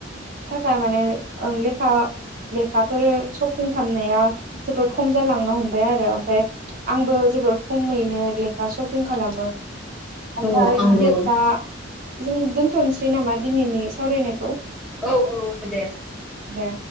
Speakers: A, on the right; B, in the centre.
A: थाखाय माने लेखा लेखाफोर शपिं खालामनाया जोबोर खम जालांनो हमबाय आरो ओमफ्राय आंबो जोबोर खमैनो लेखा शपिं खालामो। ओमफ्राय
B: औ आंबो
A: दे दा जों दोन्थनोसै नामा दिनैनि सावरायनायखौ।
B: औ औ औ दे।
A: दे,